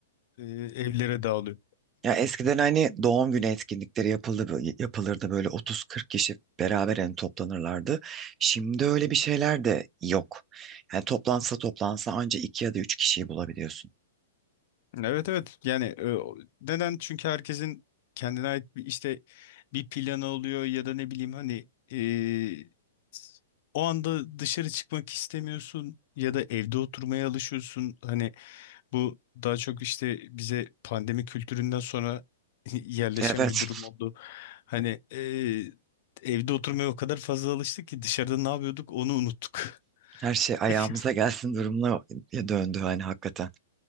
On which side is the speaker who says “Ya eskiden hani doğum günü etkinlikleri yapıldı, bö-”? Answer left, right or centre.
Right